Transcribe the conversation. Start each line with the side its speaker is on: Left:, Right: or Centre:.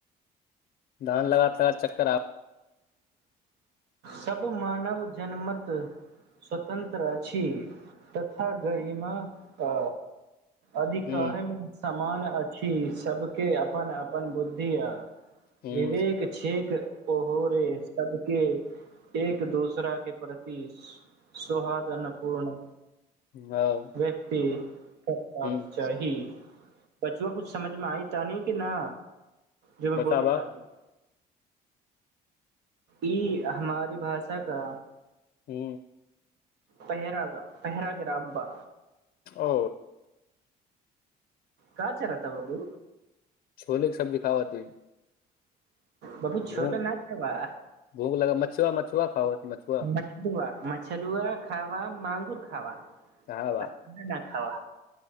Left: धान लगा चक्कर आ
Right: सब मानव जनमत स्वतन्त्र अछि तथा गरिमा आ अधिकार
Left: हम्म
Right: मे समान अच्छी सबके अपन अपन बुद्धि आ
Left: हम्म
Right: विवेक छैेक ओहो रे सदके एक दोसरा के प्रति सुहादन पूर्ण
Left: हाँ,
Right: व्यक्ति करबाक
Left: हम्म
Right: चाही बचुआ कुछ समझमे आय तहनी के न जोमें
Left: बताबा
Right: बोले त अभी ई हमारी भाषा क
Left: हू
Right: पहिरागा पहिराग रा बा
Left: ओ
Right: का चारा ता बाबू
Left: छोले क सब्जी खाबत हय
Right: बाबू छोला
Left: भू
Right: ना खावा
Left: भूख लगै मछुआ मछुआ खाबत हय मछुआ
Right: मछलुआ मछलुआ खाब मांगुर खाब
Left: कहा
Right: पर नहि खाब